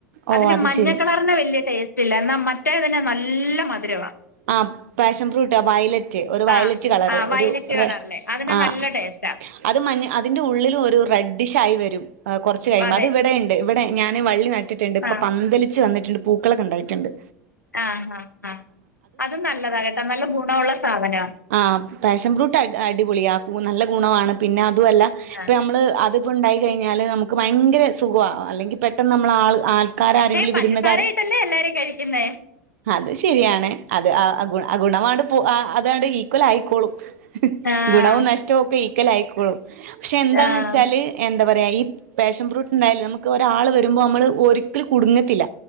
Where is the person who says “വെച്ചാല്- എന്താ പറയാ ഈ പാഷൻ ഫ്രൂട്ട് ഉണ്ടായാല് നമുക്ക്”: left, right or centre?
Right